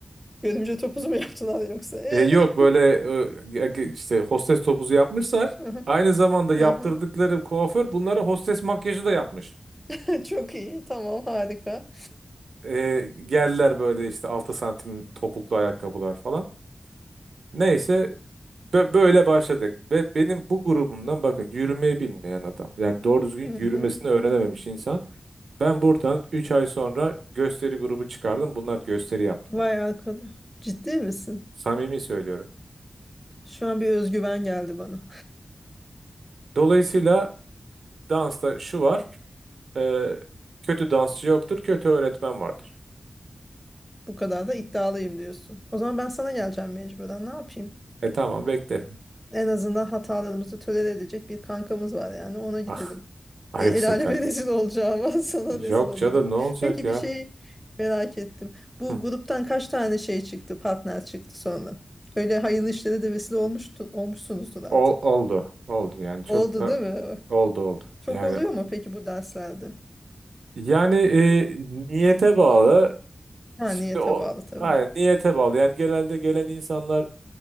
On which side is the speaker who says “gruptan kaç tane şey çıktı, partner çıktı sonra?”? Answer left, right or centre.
Centre